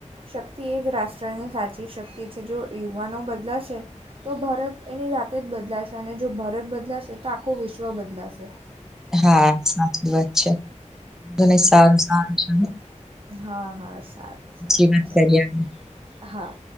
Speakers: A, on the right (about 45°); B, in the centre.
A: શક્તિ એ જ રાષ્ટ્રની સાચી શક્તિ છે. જો યુવાનો બદલાશે તો ભારત એની જાતે જ બદલાશે અને જો ભારત બદલાશે તો આખું વિશ્વ બદલાશે.
B: હા સાચી વાત છે. <unintelligible> સારું સારું છે ને.
A: હા હા સારું.
B: <unintelligible>
A: સારું ચલો હા.